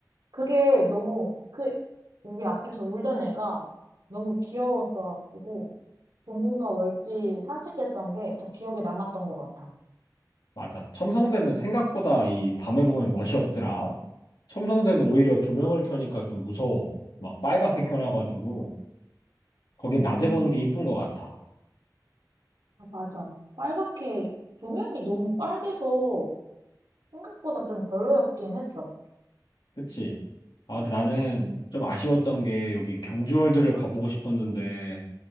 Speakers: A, on the right; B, on the left.
A: 그게 너무, 그, 우리 앞에서 울던 애가 너무 귀여웠어가지고, 동궁과 월지 산책했던 게 더 기억에 남았던 것 같아.
B: 맞아. 첨성대는 생각보다 이 밤에 보면 멋이 없더라. 첨성대는 오히려 조명을 켜니까 좀 무서워. 막 빨갛게 켜놔가지고 거긴
A: 음,
B: 낮에 보는 게 이쁜 것 같아.
A: 아, 맞아. 빨갛게, 조명이 너무 빨개서 생각보다 좀 별로였긴 했어.
B: 그치? 아, 근데 나는 좀 아쉬웠던 게 여기 경주월드를 가보고 싶었는데